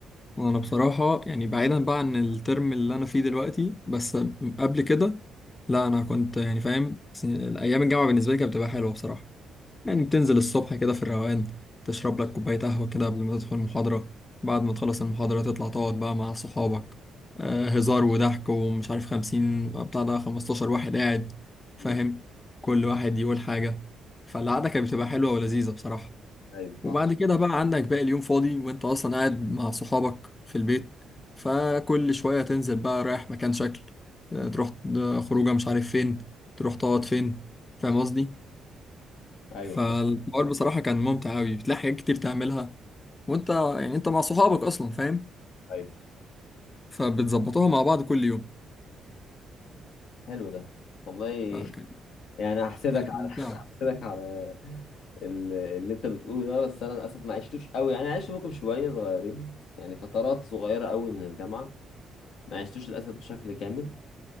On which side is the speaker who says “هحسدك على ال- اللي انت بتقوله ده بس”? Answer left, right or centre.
Left